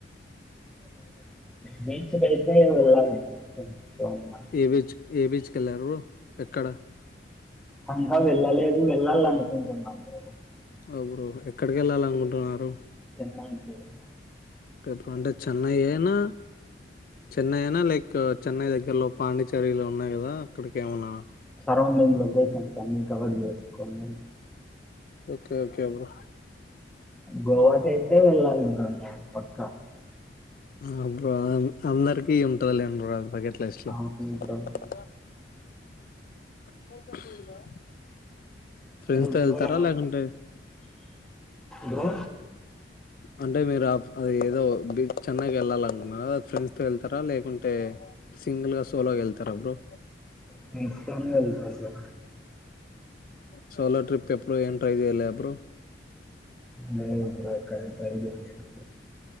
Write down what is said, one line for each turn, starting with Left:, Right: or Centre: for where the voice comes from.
Centre: మే కలి వెళ్ళాలి బ్రో అన్నా
Left: ఏవిచ్ ఏవిచ్ కెళ్ళారు ఎక్కడ
Centre: కంకా వెళ్ళలేదు వెళ్ళాల అనుకుంటున్నాం బ్రో
Left: ఎవరు ఎక్కడికి వెళ్ళాలి అనుకుంటున్నారు
Centre: మా ఇంటికి బ్రో
Left: ప్పు ఎప్పుడు అంటే చెన్నై ఐనా చెన్నై అనా లేక్ ఇకా చెన్నై దగ్గరలో పాండిచేరిలో ఉన్నాయి కదా అక్కడికి ఏమన్నా
Centre: సరౌండింగ్ లో వే నా టమ్మి కవర్ చేసుకొని
Left: ఓకే ఓకే బ్రో
Centre: గోవా కైతే వెళ్ళలి బ్రో పక్కా
Left: వునా బ్రో అ అందరి టి ఉంటద లెండి బ్రో
Centre: అవును
Left: <unintelligible>
Centre: బ్రో
Left: పోకా చూడదా ఫ్రెండ్స్
Centre: మీరు
Left: తో వెళ్తారా
Centre: బ్రో ఏమండి
Left: లేకుంటే
Centre: బ్రో
Left: అంటే మీరు ఆ అది ఏదో బీచ్ చెన్నై కి ఎలాలని ఫ్రెండ్స్ తో వెళ్తారా లేకుంటే సింగల్గా సోలోగా వెళ్తారా బ్రో
Centre: ఫ్రెండ్స్ తో నే వెళ్తా బ్రో
Left: సోలో ట్రిప్ ఎప్పుడు ఏం ట్రై చేయలేదా బ్రో
Centre: లేదు బ్రో ఎక్కడ ట్రై చేయలేదు